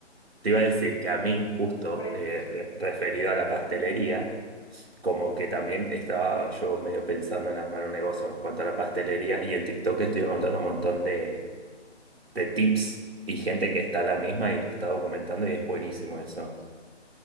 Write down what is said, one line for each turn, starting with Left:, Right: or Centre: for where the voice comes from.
Right: te iba a decir que a mí, justo
Left: por, por ej-
Right: eh, re- referido a la pastelería,
Left: Ujú.
Right: como que también estaba yo medio pensando en armar un negocio en cuanto a la pastelería y en TikTok estoy montando un montón de, de tips y gente que está en la misma y lo está documentando y es buenísimo eso.